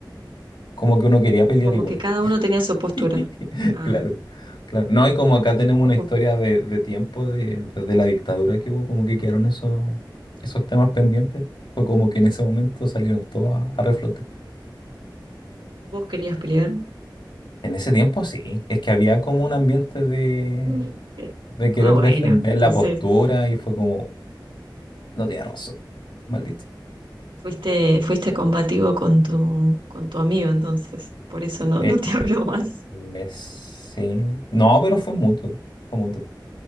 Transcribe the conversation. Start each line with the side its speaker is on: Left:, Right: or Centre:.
Left: como que uno quería pelear
Right: Como
Left: igual.
Right: que cada uno tenía su postura.
Left: <laughs>
Right: Ah,
Left: Claro, claro. No, y como acá tenemos una
Right: vos,
Left: historia de, de tiempo, de, desde la dictadura que hubo, como que quedaron esos, esos temas pendientes. Fue como que en ese momento salieron todos a, a reflote.
Right: vos querías pelear.
Left: En ese tiempo sí, es que había como un ambiente de,
Right: <laughs>
Left: de querer
Right: Ah, bueno,
Left: defender la
Right: entonces
Left: postura y fue como, no tiene razón, maldito.
Right: Fuiste, fuiste combativo con tu, con tu amigo, entonces. Por eso
Left: Eh,
Right: no, no te <laughs> habló más.
Left: eh, sí. No, pero fue mutuo. Fue mutuo.